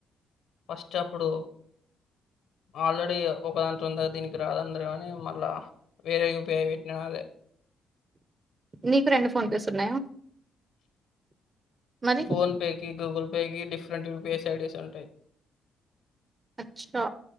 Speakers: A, on the left (about 75°); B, on the right (about 30°).
A: ఫస్ట్ అప్పుడు ఆల్రెడీ ఒకదాంటు ఉంద దీనికి రాదందర కాని మళ్ళా వేరే యూపీపిఐ పెట్న అదే
B: నీకు రెండు ఫోన్ పేస్ ఉన్నాయా మరీ
A: ఫోన్పేకి గూగుల్ పేకి డిఫరెంట్ యూపీఐస్ ఐడీస్ ఉంటాయి
B: అచ్చా